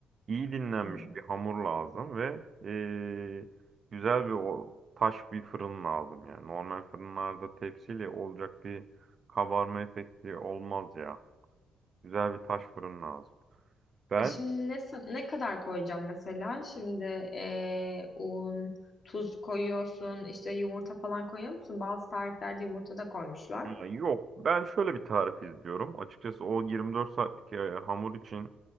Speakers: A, on the right; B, on the left.
A: iyi dinlenmiş
B: Hmm.
A: bir hamur lazım ve eee, güzel bir o, taş bir fırın lazım yani. Normal fırınlarda tepsiyle olacak bir kabarma efekti olmaz ya. Güzel bir taş fırın lazım. Ben
B: E Şimdi ne, sa- ne kadar koyacağım mesela? Şimdi e, un, tuz koyuyorsun, işte yumurta falan koyuyor musun? Bazı tariflerde yumurta da koymuşlar.
A: ya yok ben şöyle bir tarif izliyorum. Açıkçası o 24 saatlik e, hamur için